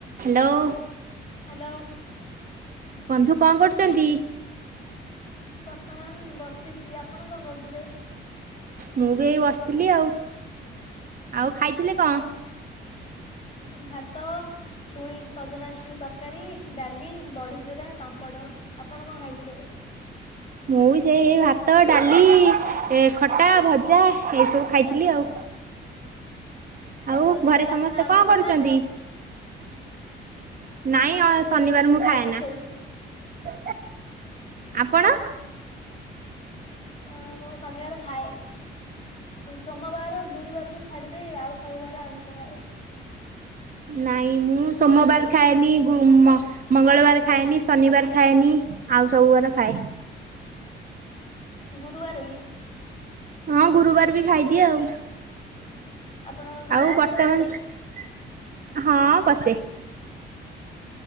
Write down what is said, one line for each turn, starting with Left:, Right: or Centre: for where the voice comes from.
Right: Hello.
Left: Hello.
Right: ବନ୍ଧୁ କଣ କରୁଛନ୍ତି?
Left: ବର୍ତ୍ତମାନ ବସିଛି ଆପଣ କଣ କରୁଥିଲେ?
Right: ମୁଁ ବି ଏଇ ବସିଥିଲି ଆଉ ଆଉ ଖାଇଥିଲେ କଣ?
Left: ଆଉ ଭାତ ଛୁଇଁ ସଜନା ଛୁଇଁ ତରକାରୀ, ଡାଲି, ବଡି ଚୁରା, ପାମ୍ପଡ଼। ଆପଣ କଣ ଖାଇଥିଲେ?
Right: ମୁଁ ବି ସେଇ ଭାତ, ଡାଲି ଏ ଖଟା, ଭଜା ଏଇସବୁ ଖାଇଥିଲି ଆଉ। ଆଉ
Left: ଶନିବାର
Right: ଘରେ ସମସ୍ତେ
Left: ଆପଣ ଆମିଷ
Right: କଣ କରୁଛନ୍ତି?
Left: ଖାଆନ୍ତିନି?
Right: ନାଇଁ
Left: ସମସ୍ତେ
Right: ଅ ଶନିବାର ମୁଁ
Left: ଖାଇକି
Right: ଖାଏ ନା।
Left: ଶୋଇଛନ୍ତି
Right: ଆପଣ?
Left: ଅ ମୁଁ ଶନିବାର ଖାଏ ସୋମବାର ଗୁରୁବାରକୁ ଛାଡିଦେଇ ଆଉ ସବୁବାର ଆମିସ ଖାଏ।
Right: ନାଇଁ ମୁଁ ସୋମବାର ଖାଏନି ଗୁ ମ ମଙ୍ଗଳବାର ଖାଏନି ଶନିବାର ଖାଏନି। ଆଉ ସବୁ ବାର ଖାଏ।
Left: ଗୁରୁବାର ବି?
Right: ହଁ ଗୁରୁବାର ବି ଖାଇଦିଏ ଆଉ।
Left: ଆପଣଙ୍କ ଘରେ
Right: ଆଉ
Left: ଆମିଷ
Right: ବର୍ତ୍ତମାନ
Left: ବସେ
Right: ହଁ ବସେ